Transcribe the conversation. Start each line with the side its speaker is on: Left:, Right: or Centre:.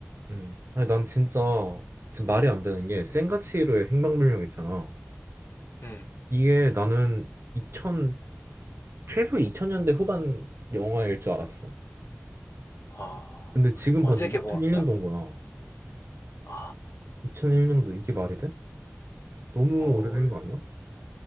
Right: 음. 아니, 난 진짜, 지금 말이 안 되는 게, 센과 치히로의 행방불명 있잖아.
Left: 음.
Right: 이게 나는 2000, 최소 2000년대 후반 영화일 줄 알았어.
Left: 아,
Right: 근데 지금
Left: 언제
Right: 봤는데 2001년도인
Left: 개봉한 거야?
Right: 거야.
Left: 아,
Right: 2001년도 이게 말이 돼? 너무
Left: 어,
Right: 오래된 거 아니야?